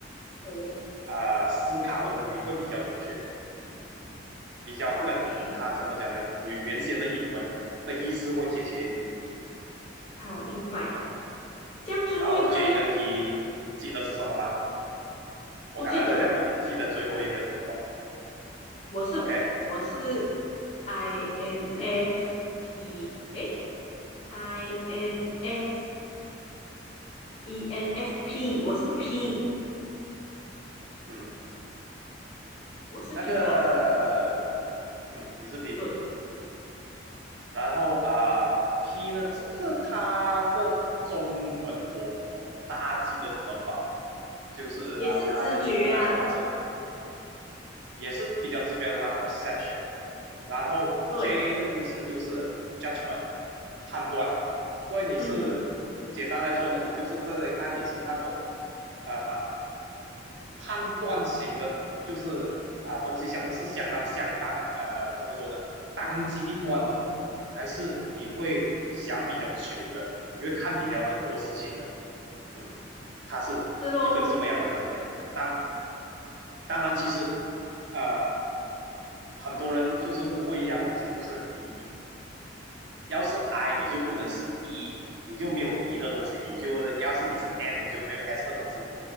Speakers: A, on the left; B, on the right.
A: 哦
B: 啊、呃思考的你会比较准确，嗯，比较跟它怎么讲呢，
A: ，OK，
B: 原原先的英文的意思会贴切一点。
A: 好，明白。这样最后一个嘞，
B: 然后 J 跟 P 记得是什么吗？我刚刚想想问你，
A: 不记得，
B: 记得最后一个是什么
A: 我是我是
B: ？OK，J，、
A: INFT，
B: 嗯
A: 哎 i n f e n f p 我是 P，
B: 嗯，
A: 我是
B: 那个，
A: P 吧？
B: 嗯，你是 P，
A: 对，
B: 然后啊、呃 p 呢，这个它的中文我不大记得怎么翻，就是啊、
A: 也是直觉啊，
B: 呃它的英文来说它是也是比较直觉的它 perception。然后
A: 对，
B: J 的意思就是 judgment，判断。所以你是简单来说呢，
A: 嗯，
B: 你就是这里看你是那种呃判断型的，就是啊、呃东西相是相当相当呃怎么说呢，当机立断的，还是你会想比较久了，你会看比较的多事情的，嗯，它是一个这么样的分别。
A: 是咯，
B: 当当然，其实呃很多人就是误会一样东西，就是你要是 I，你就不能是 E，你就没有 E 的东西，你就要是你是 N，你就没有 S 的东西。